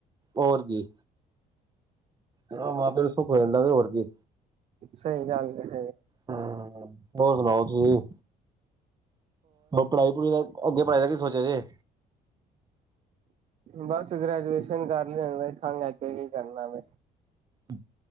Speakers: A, on the right; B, on the right.
A: ਹੋਰ ਕੀ। ਚੋ ਮਾਂ ਪਿਓ ਸੁੱਖ ਹੋ ਜਾਂਦਾ ਵੀ ਹੋਰ ਕੀ।
B: ਸਹੀ ਗੱਲ ਐ
A: ਹੂੰ ਹੋਰ ਸੁਣਾਓ ਤੁਸੀਂ ਹੋਰ ਪੜ੍ਹਾਈ ਪੜੂਈ ਦਾ ਅੱਗੇ ਪੜ੍ਹਾਈ ਦਾ ਕੀ ਸੋਚਿਆ ਜੇ
B: ਬਸ ਗ੍ਰੈਜੂਏਸ਼ਨ ਕਰ ਲਈ ਵੇਖਾਂਗੇ ਅੱਗੇ ਕੀ ਕਰਨਾ ਵੇ
A: ਅੱਛਾ